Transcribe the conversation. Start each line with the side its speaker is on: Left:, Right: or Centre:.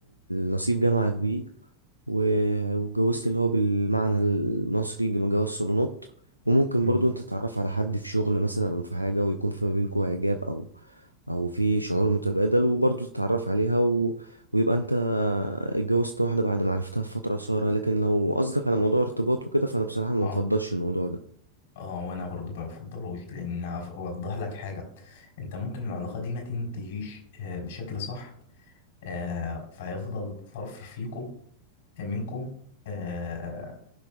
Right: نصيب جامعة كبير و- واتجوزت اللي هو بالمعنى المصري جم- جواز صالونات وممكن
Left: امم
Right: برضو انت تتعرف على حد في شغل مثلا او في حاجة ويكون في ما بينكوا اعجاب او او في شعور متبادل وبرضو تتعرف عليها و... ويبقى انت اتجوزت واحدة بعد ما عرفتها في فترة قصيرة لكن لو قصدك على موضوع ارتباط وكده فانا بصراحة ما
Left: اه
Right: بفضلش الموضوع ده
Left: اه وانا برضه ما بفضلوش لان هف- اوضح لك حاجه انت ممكن العلاقه دي ما تنتهيش آه، بشكل صح آه، فهيفضل طرف فيكو منكم آه